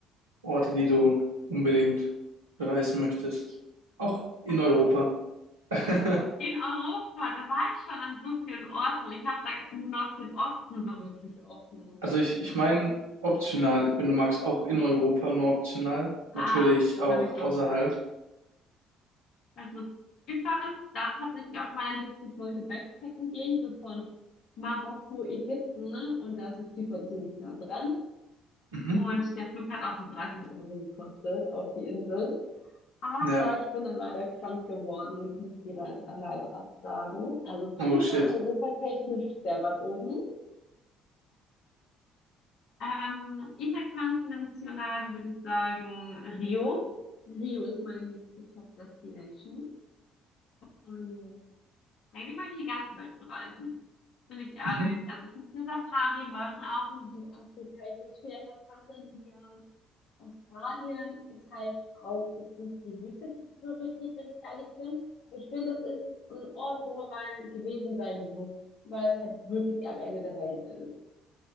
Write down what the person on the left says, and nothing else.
Also
In Europa, da war ich schon an so vielen Orten. Ich habe da nur noch den Osten so wirklich offen.
Ah,
Entschuldigung.
Also Zypern stand tatsächlich auf meiner Liste. Ich wollte Backpacken gehen, so von Marokko, Ägypten, ne? Und da ist ja Zypern ziemlich nah dran.
Und der Flug hat auch nur 30 Euro gekostet auf die Insel. Aber
ich bin dann leider krank geworden und ich muss die Reise dann leider absagen. Also Zypern
europatechnisch sehr weit oben. Ähm, interkontinental würde ich sagen Rio. Rio ist meine nächste Top-Destination. Und eigentlich möchte ich die ganze Welt bereisen. Bin ich ehrlich.
Also ich möchte eine Safari machen, auch in Südafrika. Ich möchte vielleicht nach Tansania. Australien ist halt auch jetzt nicht die höchste Priorität, wenn ich ehrlich bin. Aber ich finde, das ist ein Ort, wo man mal gewesen sein muss, weil es halt wirklich am Ende der Welt ist.